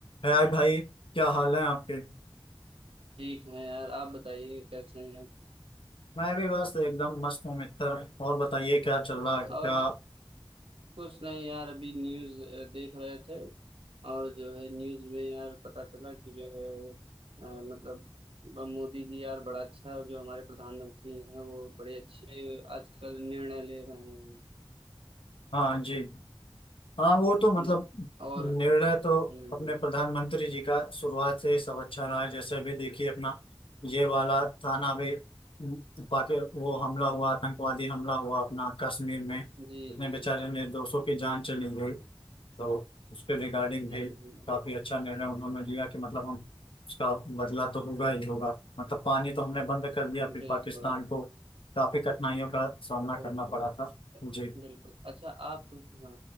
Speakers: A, on the left; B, on the right.
A: हाय भाई क्या हाल है आपके
B: ठीक है यार आप बताइए कैसे हैं
A: मैं भी बस एकदम मस्त हूँ मित्र और बताइए क्या चल रहा है
B: और
A: क्या
B: कुछ नहीं यार अभी न्यूज़ अ, देख रहे थे और जो है न्यूज़ में यार पता चला कि जो है अ, मतलब ब- मोदी जी यार बड़ा अच्छा जो हमारे प्रधानमंत्री हैं वो बड़े अच्छे आजकल निर्णय ले रहे हैं
A: हाँ जी हाँ वो तो मतलब
B: हम्म, और
A: निर्णय तो
B: हम्म,
A: अपने प्रधानमंत्री जी का शुरुआत से ही सब अच्छा रहा है जैसे अभी देखिए अपना ये वाला थाना भी पाकि वो हमला हुआ आतंकवादी हमला हुआ अपना कश्मीर में
B: जी
A: इतने
B: जी
A: बेचारे
B: जी
A: निर्दोषों की जान
B: जी
A: चली
B: जी
A: गई तो उसके रिगार्डिंग
B: जी
A: भी
B: जी
A: काफी अच्छा निर्णय उन्होंने लिया कि मतलब हम उसका बदला तो होगा ही होगा मतलब पानी तो हमने बंद कर दिया फिर
B: बिल्कुल
A: पाकिस्तान को काफी कठिनाइयों का सामना
B: बिल्कुल
A: करना पड़ा था जी
B: बिल्कुल अच्छा आप हाँ